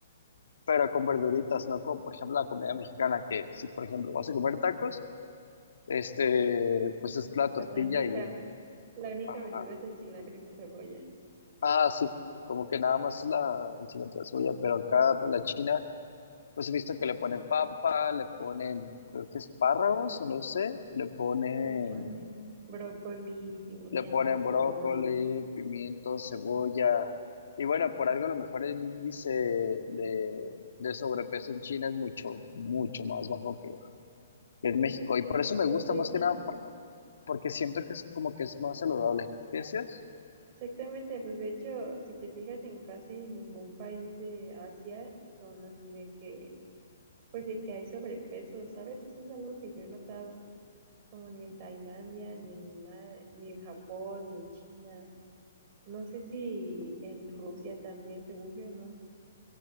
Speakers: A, on the left; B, on the right.
A: pero con verduritas, no como por ejemplo la comida mexicana, que si por ejemplo vas a comer tacos, este, pues es la tortilla
B: pues, la única,
A: y,
B: la única
A: ajá,
B: verdura es el cilantro y la cebolla.
A: ah, sí, como que nada más es la, el cilantro y la cebolla, pero acá pues, la china Pues he visto que le ponen papa, le ponen, creo que espárragos, o no sé, le ponen,
B: Le ponen brócoli, pimiento,
A: le ponen
B: cebolla.
A: brócoli, pimiento, cebolla. Y bueno, por algo a lo mejor el índice de, de sobrepeso en China es mucho, mucho más bajo que que en México. Y por eso
B: Y pues
A: me gusta
B: de
A: más
B: hecho,
A: que nada, por- porque siento que es como que es más saludable. ¿Qué decías?
B: exactamente, pues de hecho, si te fijas en casi ningún país de Asia, son así de que, pues de que hay sobrepeso, ¿sabes? Eso es algo que yo he notado, como ni en Tailandia, ni en, nada- ni en Japón, ni en China. No sé si en Rusia también, según yo, ¿no?